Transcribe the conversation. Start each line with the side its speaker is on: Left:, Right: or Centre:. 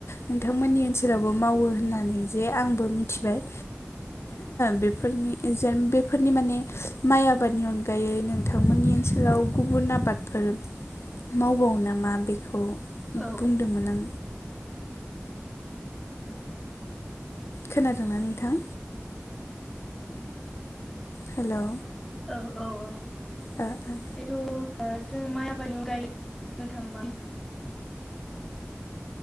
Left: नोंथांमोननि ओनसोलावबो मावो होननानै जे आंबो मिथिबाय बेफोरनि जेन बे फोरनि माने माइ आबादनि अनगायै नोंथांमोननि ओनसोलाव गुबुन आबादफोर मावबावो नामा बेखौ
Centre: औ
Left: बुंदोंमोन आं खोनादोंना नोंथां हेल'
Centre: औ-औ-औ
Left: हो ओ
Centre: बेथ जों माइ आबादनि अनगायै बुंनो थांबा